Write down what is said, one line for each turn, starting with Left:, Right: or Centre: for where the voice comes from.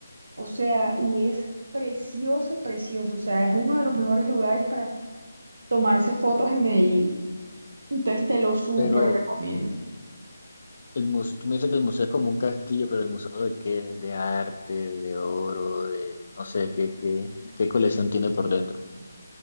Right: O sea, y es precioso, precioso. O sea, es uno de los mejores lugares para tomarse fotos en Medellín. Entonces te lo súper
Left: Pero
Right: recomiendo.
Left: el museo, tú me dices que el museo es como un castillo, pero el museo de qué, de arte, de oro, de no sé qué, qué, qué colección tiene por dentro.